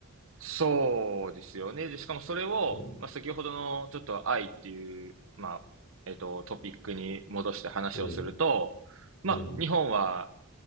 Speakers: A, on the right; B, on the left.
A: そうですよね。で、しかもそれを、
B: うん
A: まあ先ほどのちょっと愛っていう、まあ、えっと、トピックに戻して話をすると、
B: うん
A: まあ日本は
B: うん